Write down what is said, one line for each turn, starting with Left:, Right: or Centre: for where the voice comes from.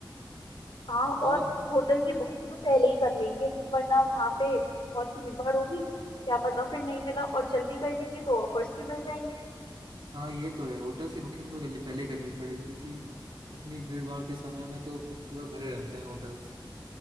Left: हाँ
Right: और
Left: और होटल की बुकिंग तो पहले ही कर लेंगे वरना वहां पे बहुत भीड़ भाड़ होगी क्या पता फिर नहीं मिला और जल्दी कर लेंगे तो ऑफर्स भी मिल जाएंगे
Right: हाँ ये तो है होटल्स की बुकिंग तो जल्दी पहले करनी पड़ेगी क्योंकि इतनी भीड़ भाड़ के समय में तो पूरा भरे रहते हैं होटल्स